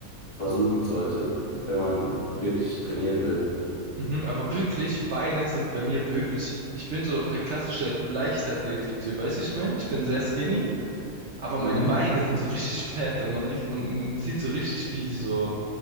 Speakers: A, on the left; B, on the right.
A: versuchen sollte, wenn man wirklich trainieren will.
B: Mhm. Aber wirklich, Beine sind bei mir wirklich, ich bin so der klassische Leichtathletik-Typ, weißt du, ich meine? Ich bin sehr skinny, aber
A: Mhm.
B: meine Beine sind so richtig fett und man, riecht- man sieht so richtig, wie sie so